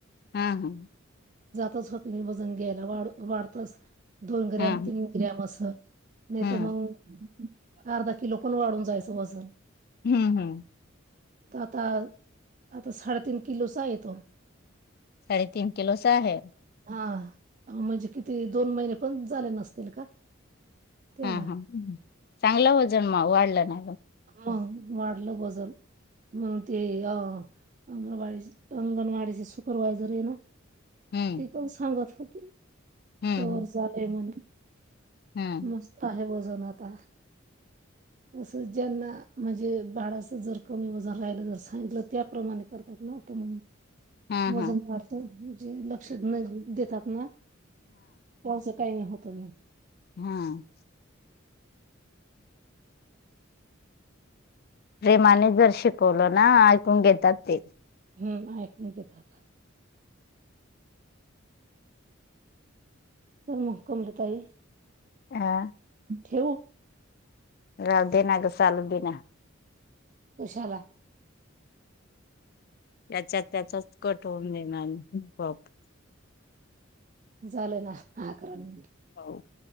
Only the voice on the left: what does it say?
हा हा
हा
हा
हम्म हम्म
साडेतीन किलोच आहे.
हम हम चांगलं वजन वाढलं ना?
हम्म
हम्म
हम्म
हा
हा
हम्म प्रेमाने जर शिकवलो ना ऐकून घेतात ते-
अ
राहू दे ना ग चालू दे ना.
त्याच्यात त्याचाच कट होन देणार आपोआप.
हो